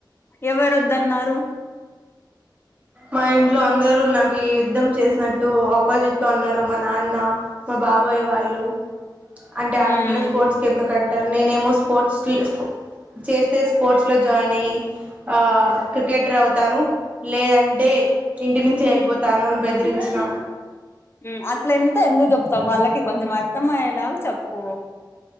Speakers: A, on the left; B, on the right.
A: ఎవరొద్దన్నారు
B: మా ఇంట్లో అందరు నాకు యుద్ధం చేసినట్టు ఆపోజిట్ గా ఉన్నారు మా నాన్న మా బాబాయ్ వాళ్ళు అంటే ఆడపిల్ల
A: మ్మ్
B: స్పోర్ట్స్ కి ఎందుకుంటారు నేనేమో స్పోర్ట్స్కి చేస్తే స్పోర్ట్స్ లో జాయిన్ అయ్యి ఆ క్రికెటర్ అవుతాను లేదం టే ఇంటి నుంచతే ఎళ్ళిపోతాను అని బెదిరిచ్చినా
A: ఉమ్ అట్లెంతా ఎందుకు చెప్తావు వాళ్ళకి కొంచెం అర్థం అయ్యేలాగ చెప్పు